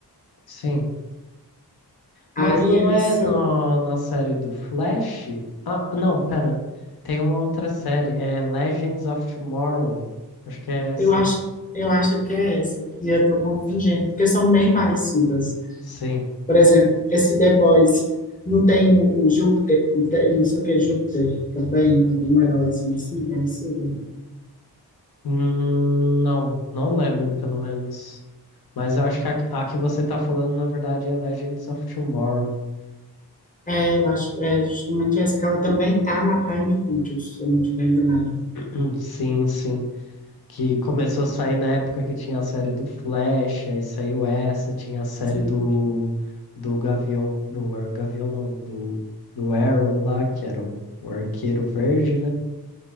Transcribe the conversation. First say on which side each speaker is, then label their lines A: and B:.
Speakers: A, on the left; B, on the left.
A: Sim.
B: Aí
A: Mas não
B: eles
A: é
B: são,
A: na, na série do Flash? Ah, não, pera. Tem uma outra série, é Legends of Tomorrow. Acho que é essa.
B: eu acho, eu acho que é essa, e eu tô confundindo, porque são bem parecidas.
A: Sim.
B: Por exemplo, esse The Boys não tem o, o Júpiter, não, tem- não sei o que é Júpiter também, algum herói assim, assim parecido.
A: Hum, não, não lembro, pelo menos. Mas eu acho que a, a que você tá falando, na verdade, é Legends of Tomorrow. <clears throat>
B: É, eu acho, é justamente essa, que ela também tá na Prime Videos, se eu não tiver enganado.
A: Hum, Sim, sim. Que começou a sair na época que tinha a série do Flash, aí saiu essa, tinha a série
B: Sim.
A: do, do Gavião, do Ar- Gavião não, do, do Arrow lá, que era o, o Arqueiro Verde, né?